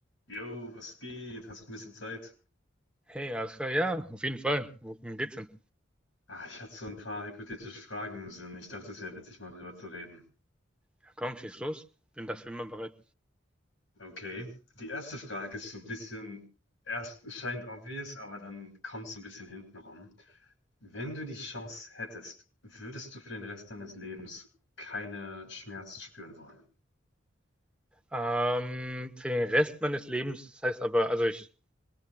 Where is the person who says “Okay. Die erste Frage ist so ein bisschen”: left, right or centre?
Left